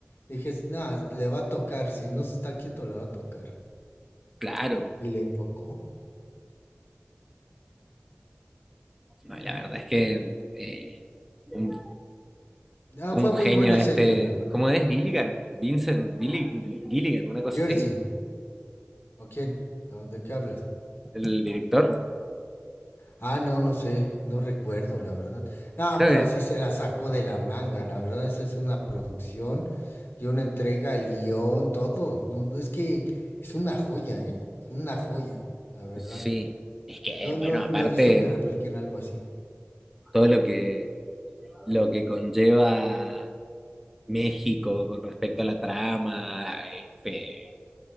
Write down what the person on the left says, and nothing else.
dije, "S- no, le va a tocar, si no se está quieto le va a tocar.
Y le tocó.
Ujú.
Ah,
fue muy
buena
serie, la verdad.
Jersey,
¿o quién? ¿O ¿De qué hablas?
Ah, no, no sé, no recuerdo, la verdad. No,
pero
sí se la sacó de la manga, la verdad, esa es una producción y una entrega, el guión, todo. No, no, es que es una joya, ¿eh? Una joya, la verdad.
No,
no,
no he visto que repliquen algo así.